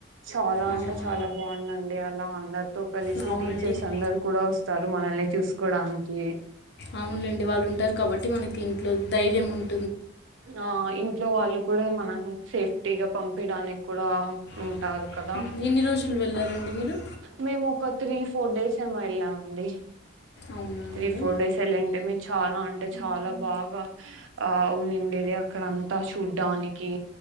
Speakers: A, on the right (about 85°); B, on the left (about 60°).
A: చాలా అంటే
B: అవునా
A: చాలా బాగుందండి అలా అందరితో కలిసి
B: అలా అవునండి
A: టీచర్స్
B: మంచి
A: అందరు కూడా వ స్తారు మనల్ని చూసుకోడానికి
B: అవునులేండి వాళ్ళు ఉంటారు కాబట్టి మనకి ఇంట్లో ధైర్యం ఉంట
A: ఆ ఇంత ఇంట్లో వాళ్ళు కూడా మనం సేఫ్టీగా పంపడానికి కూడా
B: ఉమ్,
A: ాకదా
B: ఉంటారు ఎన్ని రోజులు వెళ్ళారండి మీరు
A: మే మొకా త్రీ ఫోర్ డేస్ ఏమో వెళ్ళామ అండి
B: అవునా అండి
A: త్రీ ఫోర్ డేస్ వెళ్ళంటే మీ చాల యాంటె చాల చాలా బాగా ఆ ఉన్నిండేది అక్కడ అంతా చూడ్డానికి